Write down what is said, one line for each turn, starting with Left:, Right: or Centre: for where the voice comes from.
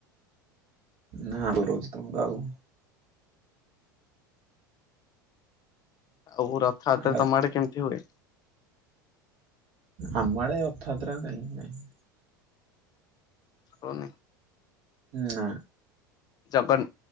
Right: ନାଁ <inaudible> ତମର ଆଉ
Left: ଆଉ ରଥଯାତ୍ରା
Right: ଆଉ
Left: ତମ ଆଡେ କେମିତି ହୁଏ?
Right: ଆମ ଆଡେ ରଥଯାତ୍ରା କାହିଁ, ନାହିଁ।
Left: ହଉନି?
Right: ନା।
Left: ଜଗନ୍